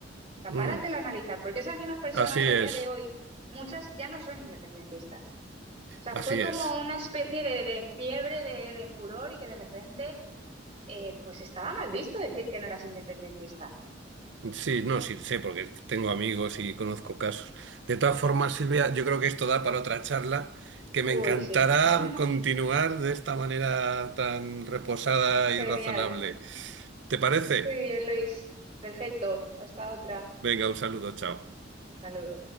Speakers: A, on the right; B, on the right.
A: O sea,
B: Mm,
A: páratelo a analizar, porque esas mismas personas
B: Así es,
A: a día de hoy, muchas ya no son independentistas. O sea,
B: así
A: fue como
B: es.
A: una especie de, de fiebre, de, de furor y que de repente, eh, pues estaba mal visto decir que no eras independentista.
B: Sí, no, sí, sé, porque tengo amigos y conozco casos. De todas formas, Silvia, yo creo que esto da para otra charla que me
A: Uy,
B: encantará
A: sí. <laughs>
B: continuar de esta manera tan reposada y
A: Genial.
B: razonable. ¿Te parece?
A: Muy bien, Luis. Perfecto. Hasta otra.
B: Venga, un saludo, chao.
A: Un saludo.